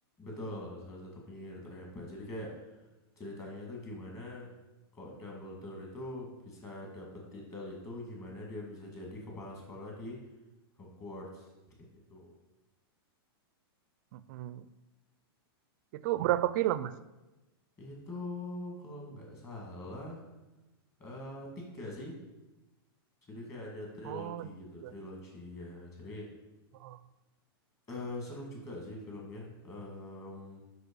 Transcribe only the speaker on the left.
Betul, salah satu penyihir terhebat. Jadi kayak ceritanya itu gimana kok Dumbledore itu bisa dapet titel itu gimana dia bisa jadi kepala sekolah di Hogwarts kayak gitu
ya
itu kalau nggak salah eh, tiga sih jadi kayak ada trilogi
gitu trilogi ya jadi
eh, seru juga sih filmnya Em,